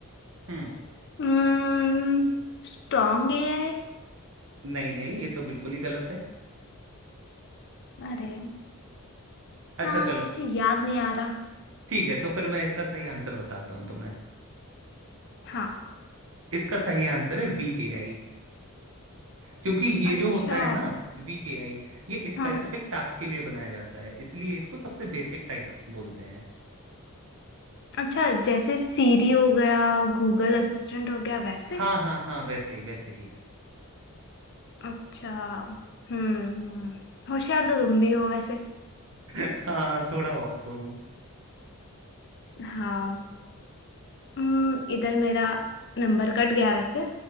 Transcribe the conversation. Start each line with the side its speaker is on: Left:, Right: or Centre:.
Right: हम्म
Left: हम्म स्ट्रॉन्ग है ये?
Right: नहीं नहीं ये तो बिल्कुल ही गलत है
Left: अरे
Right: अच्छा
Left: यार
Right: चलो
Left: मुझे याद नहीं आ रहा
Right: ठीक है तो फिर मैं इसका सही आंसर बताता हूँ तुम्हें
Left: हाँ
Right: इसका सही आंसर है वीक एआई क्योंकि ये
Left: अच्छा
Right: जो होता है ना वीक एआई ये स्पेसिफिक
Left: हाँ
Right: टास्क के लिए बनाया जाता है इसलिए इसको सबसे बेसिक टाइप बोलते हैं
Left: अच्छा जैसे सीरी हो गया गूगल असिस्टेंट हो गया वैसे
Right: हाँ हाँ हाँ वैसे ही वैसे ही
Left: अच्छा हम्म होशियार तो तुम भी हो वैसे
Right: <laughs> हाँ थोड़ा बहुत तो हूँ
Left: हाँ हम्म इधर मेरा नंबर कट गया वैसे